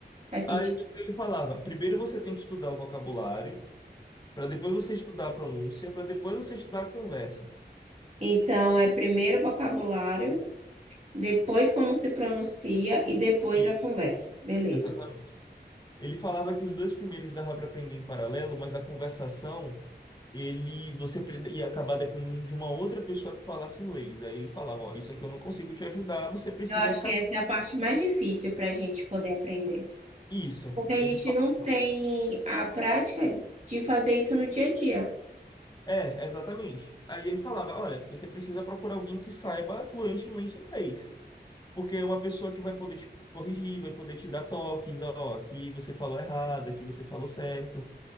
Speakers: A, on the right; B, on the left.
A: Faz sentido.
B: Aí o que ele falava? Primeiro você tem que estudar o vocabulário, para depois você estudar a pronúncia, para depois você estudar a conversa.
A: Então, é primeiro o vocabulário, depois como se pronuncia e depois
B: Isso.
A: a conversa. Beleza.
B: Exatamente. Ele falava que os dois primeiros dava para aprender em paralelo, mas a conversação, ele você pre- ia acabar dependendo de uma outra pessoa que falasse inglês. Aí ele falava, ó, isso aqui eu não consigo te ajudar, você precisa
A: Eu acho
B: ca-
A: que essa é a parte mais difícil para a gente poder aprender.
B: isso.
A: Porque a
B: Ele
A: gente
B: falava,
A: não tem a prática de fazer isso no dia a dia.
B: é, exatamente. Aí ele falava, olha, você precisa procurar alguém que saiba fluentemente inglês, porque é uma pessoa que vai poder te corrigir, vai poder te dar toques, ó, aqui você falou errado, aqui você falou certo.